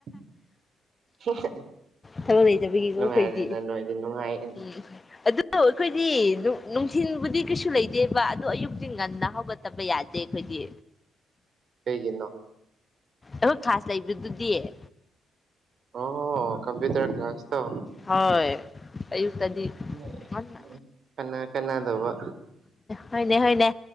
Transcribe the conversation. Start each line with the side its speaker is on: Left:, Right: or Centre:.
Right: <unintelligible>
Left: ꯊꯕꯛ ꯂꯩꯇꯕꯒꯤꯀꯣ
Right: ꯅꯨꯡꯉꯥꯏꯔꯦꯅ
Left: ꯑꯩꯈꯣꯏꯗꯤ
Right: ꯅꯣꯏꯗꯤ ꯅꯨꯡꯉꯥꯏꯌꯦꯅ
Left: ꯎꯝ ꯑꯗꯨ ꯑꯗꯣ ꯑꯩꯈꯣꯏꯗꯤ ꯅꯨꯡꯊꯤꯟꯕꯨꯗꯤ ꯀꯩꯁꯨ ꯂꯩꯇꯦꯕ ꯑꯗꯣ ꯑꯌꯨꯛꯇꯤ ꯉꯟꯅ ꯍꯧꯒꯠꯇꯕ ꯌꯥꯗꯦ ꯑꯩꯈꯣꯏꯗꯤ
Right: ꯀꯩꯒꯤꯅꯣ
Left: <unintelligible> ꯂꯩꯕ꯭ꯔꯥꯗꯨꯗꯤ
Right: ꯑꯣ ꯍꯣ ꯀꯝꯄꯌꯨꯇꯔ ꯀ꯭ꯂꯥꯁ ꯇꯣ
Left: ꯍꯣꯏ ꯑꯌꯨꯛꯇꯗꯤ
Right: <unintelligible>
Left: ꯉꯟꯅ
Right: ꯀꯅꯥꯗꯕ
Left: ꯍꯣꯏꯅꯦ ꯍꯣꯏꯅꯦ